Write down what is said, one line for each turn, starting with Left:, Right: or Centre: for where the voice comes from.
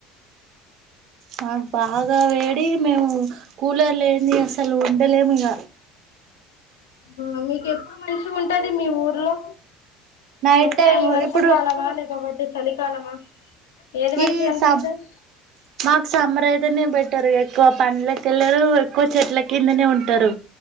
Right: మాకు బాగా వేడి మేము కూలర్ లేంది అసలు ఉండలేము ఇగ
Left: ఆ మీకెప్పుడు మంచిగుంటది మీ ఊర్లో
Right: నైట్
Left: అంటే
Right: టైం
Left: ఈ వర్షాకాలమా
Right: ఇప్పుడు
Left: లేక వడ్ చలికాలమా ఏది మంచిగా
Right: ఈ
Left: అనిపిస్తది
Right: సం మాక్ సమ్మర్ అయితేనే బెటర్గా ఎక్కువ పంన్లకెల్లరు ఎక్కువ చెట్ల కిందనే ఉంటరు